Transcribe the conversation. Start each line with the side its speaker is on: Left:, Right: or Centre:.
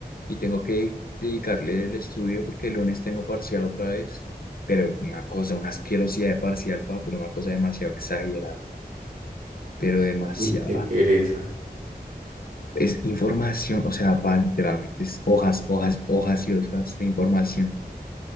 Left: y tengo que dedicarle el estudio porque el lunes tengo parcial otra vez, pero una cosa, una asquerosidad de parcial, pa, pero una cosa demasiado exagerada, pero demasiada.
Right: Uy, qué pereza.
Left: Es información, o sea, pa, literalmente es hojas, hojas, hojas y hojas de información.